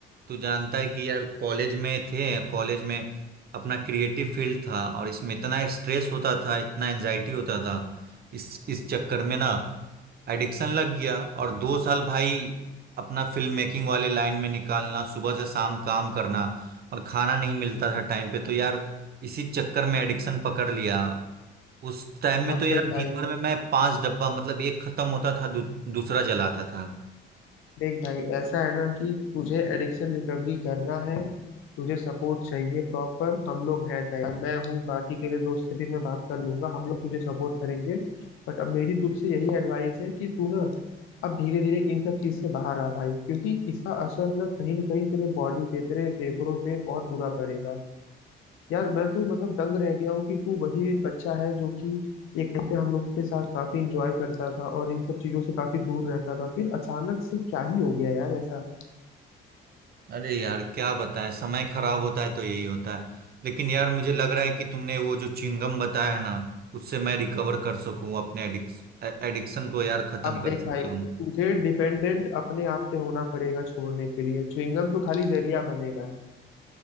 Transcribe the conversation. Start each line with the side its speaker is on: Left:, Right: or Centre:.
Right: तू जानता है कि यार कॉलेज में थे कॉलेज में अपना क्रिएटिव फील्ड था और इसमें इतना स्ट्रेस होता था इतना एंजाइटी होता था इस इस चक्कर में ना एडिक्शन लग गया और दो साल भाई अपना फिल्म मेकिंग वाले लाइन में निकालना सुबह से शाम काम करना और खाना नहीं मिलता था टाइम पे तो यार इसी चक्कर में एडिक्शन पकड़ लिया उस टाइम में
Left: अब
Right: तो यार
Left: देख
Right: दिन
Left: भाई
Right: भर में मैं पांच डब्बा मतलब एक खत्म होता था दू, दूसरा जलाता था
Left: देख भाई ऐसा है ना कि तुझे एडिक्शन रिकवरी करना है तुझे सपोर्ट चाहिए प्रॉपर हम लोग हैं तैयार मैं हूँ बाकी तेरे दोस्त से भी मैं बात कर लूंगा हम लोग तुझे सपोर्ट करेंगे बट अब मेरी तुझसे यही एडवाइस है कि तू ना अब धीरे धीरे इन सब चीज से बाहर आ भाई क्योंकि इसका असर ना कहीं ना कहीं तेरे बॉडी पे तेरे फेफड़ों पे बहुत बुरा पड़ेगा यार मैं तो मतलब दंग रह गया हूँ कि तू वही बच्चा है जो कि एक टाइम पे हम लोग के साथ काफी इंजॉय करता था और इन सब चीजों से काफी दूर रहता था फिर अचानक से क्या ही हो गया यार ऐसा
Right: अरे यार क्या बताएं समय खराब होता है तो यही होता है लेकिन यार मुझे लग रहा है कि तुमने वो जो चिंगम बताया है ना उससे मैं रिकवर कर सकूं अपने एडिक्स एडिक्शन को यार खत्म
Left: अब
Right: कर
Left: देख
Right: सकता
Left: भाई तुझे
Right: हूं
Left: डिपेंडेंट अपने आप पे होना पड़ेगा छोड़ने के लिए च्युइंगम तो खाली जरिया बनेगा